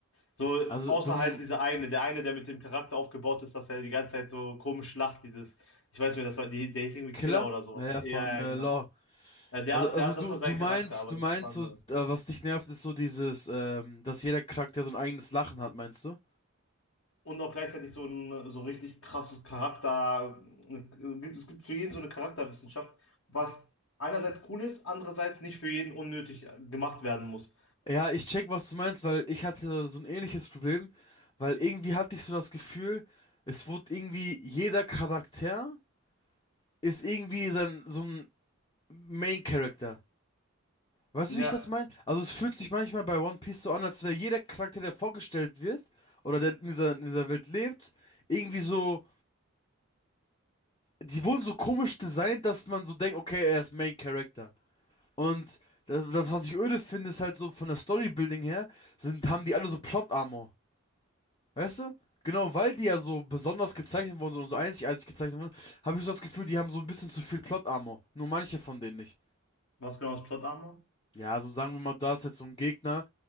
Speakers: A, on the left (about 65°); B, on the left (about 25°).
A: So,
B: Also,
A: außer
B: du m-
A: halt dieser eine, der eine, der mit dem Charakter aufgebaut ist, dass er die ganze Zeit so komisch lacht, dieses, ich weiß nicht, das war, die, der hieß irgendwie
B: Killer?
A: Killer oder sowas.
B: Naja, von
A: Ja,
B: äh,
A: ja, genau.
B: Law.
A: Ja, der,
B: Also, also
A: der, das
B: du,
A: war
B: du
A: sein
B: meinst,
A: Charakter, aber
B: du
A: das
B: meinst
A: ist was
B: so,
A: anderes.
B: äh, was dich nervt, ist so dieses, ähm, dass jeder Charakter so ein eigenes Lachen hat, meinst du?
A: Und auch gleichzeitig so ein so richtig krasses Charakter. eine- gibt- Es gibt für jeden so eine Charakterwissenschaft, was einerseits cool ist, andererseits nicht für jeden unnötig gemacht werden muss.
B: Ja, ich check, was du meinst, weil ich hatte so ein ähnliches Problem, weil irgendwie hatte ich so das Gefühl, es wurde irgendwie jeder Charakter ist irgendwie sein, so ein Main Character. Weißt
A: Ja,
B: du, wie ich das meine? Also es fühlt sich manchmal bei One Piece so an, als wäre jeder Charakter, der vorgestellt wird oder der in dieser, in dieser Welt lebt, irgendwie so, die wurden so komisch designt, dass man so denkt, okay, er ist Main Character. Und das, das, was ich öde finde, ist halt so von der Storybuilding her, sind, haben die alle so Plot Armor. Weißt du? Genau, weil die ja so besonders gezeichnet wurden so, und so einzigartig gezeichnet wurden, habe ich so das Gefühl, die haben so ein bisschen zu viel Plot-Armor. Nur manche von denen nicht.
A: was genau ist Plot Armor?
B: Ja, so sagen wir mal, da ist jetzt so ein Gegner,